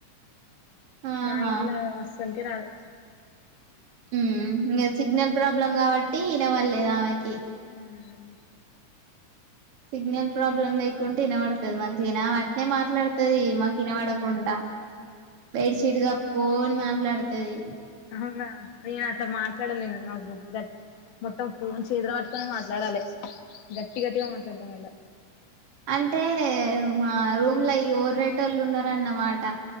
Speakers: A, on the right; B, on the left.
A: ఆహా
B: మా ఇంట్ల అస్సల్ రాదు
A: <unintelligible> సిగ్నల్ ప్రాబ్లం కాబట్టి ఇనబల్లేదు ఆమెకి
B: రాదు
A: సిగ్నల్ ప్రాబ్లం లేకుంటె వినబడ్తది మంచిగనె ఆమాట్నె మాట్లాడుతది మాకు వినబడకుంట బెడ్ షీట్ కప్పుకోని మ ట్లాడుతది
B: అవునా నేను అట్లా మాట్లాడలేను నాకు గట్ మొత్తం ఫోన్ చేతలు పట్టుకొని మాట్లాడాలె గట్టి గట్టిగా మాట్లాడత మళ్ళ
A: అంటే మా రూమ్ల ఈ ఒర్రేటోల్లు ఉన్నారన్నమాట